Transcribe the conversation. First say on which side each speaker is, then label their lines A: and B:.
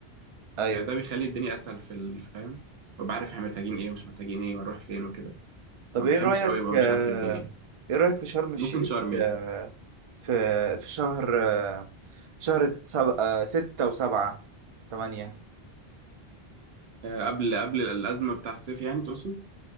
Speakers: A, on the right; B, on the right.
A: ايوه
B: آه، ده بيخلي الدنيا اسهل في الفهم ببقى عارف احنا محتاجين ايه ومش محتاجين ايه ونروح فين وكده
A: طب
B: ما بحبش
A: ايه رأيك
B: قوي ابقى
A: آه،
B: مش عارف الدنيا
A: ايه رأيك في شرم الشيخ
B: ممكن شرم يعني
A: آه، في في شهر آه، شهر سبعة ستة وسبعة تمانية
B: آه، قبل قبل الازمه بتاع الصيف يعني تقصد